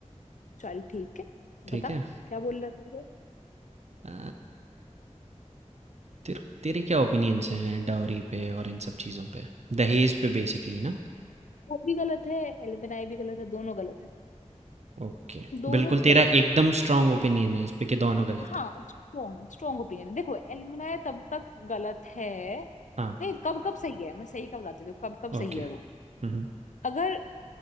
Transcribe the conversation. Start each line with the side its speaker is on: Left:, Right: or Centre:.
Left: चल ठीक है
Right: ठीक
Left: बता
Right: है
Left: क्या बोल रहा था वो
Right: आ, तेरे तेरे क्या ओपिनियंस हैं डाउरी पे और इन सब चीज़ों पे दहेज पे बेसिकली ना
Left: वो भी गलत है एलुमनाई भी गलत है दोनों गलत है
Right: ओके
Left: दोनों
Right: बिल्कुल
Left: ही
Right: तेरा
Left: गलत
Right: एकदम स्ट्रांग ओपिनियन है इस पे कि दोनों गलत
Left: है। हाँ
Right: है
Left: स्ट्रॉन्ग स्ट्रॉन्ग ओपिनियन है देखो एलुमनाई तब तक गलत है
Right: हाँ
Left: नहीं कब कब सही है मैं सही का बताती हूँ कब कब सही
Right: ओके
Left: है वो
Right: हम्म
Left: अगर